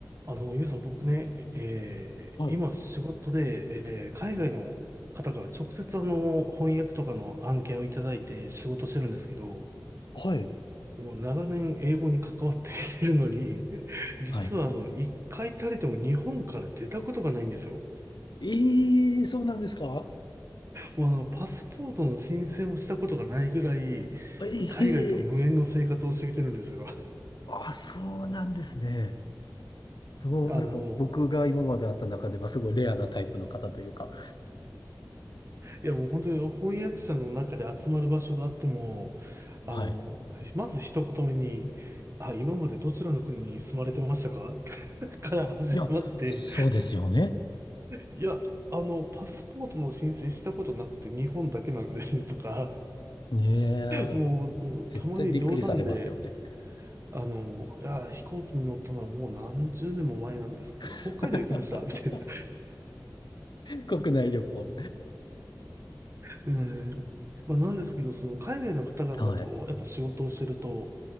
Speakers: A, on the right (about 40°); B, on the left (about 85°).
A: あの、ゆうさん、僕ね、えー今仕事で、
B: はい。
A: えー海外の方から直接あの、翻訳とかの案件をいただいて仕事してるんですけど、
B: はい。
A: もう長年英語に関わっているのに、<laughs> 実はあの、
B: はい。
A: 一回たりとも日本から出たことがないんですよ。
B: ええそうなんですか
A: もうあの、パスポートの申請もしたことがないぐらい、
B: ええ
A: 海外と無縁の生活をしてきてるんですよ。
B: あ、そうなんですね。すごいなんか僕が今まで会った中ではすごいレアなタイプの方というか。
A: あの、いやもう本当に翻訳者の中で集まる場所があっても、あの、
B: はい。
A: まず一言目に、あ、今までどちらの国に住まれてましたか <laughs> から始まって、
B: いや、そうですよね。
A: いや、あの、パスポートの申請したことなくて日本だけなんですとか、
B: ねえ、
A: もう、うんたまに冗談で、
B: 絶対びっくりされますよね。
A: あの、いや、飛行機に乗ったのはもう何十年も前なんですけど、
B: <laughs>
A: 北海道行きました、みたいな。
B: 国内旅行。
A: でね、まあなんですけど、その海外の方々とやっぱ仕事をしてると、
B: はい。